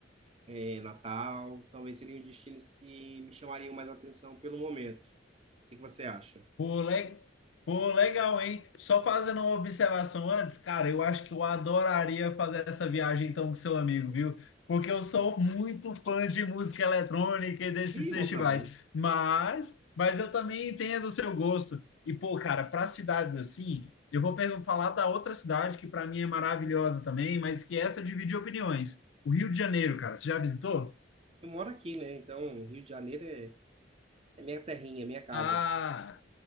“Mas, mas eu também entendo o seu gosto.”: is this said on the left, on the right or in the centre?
Left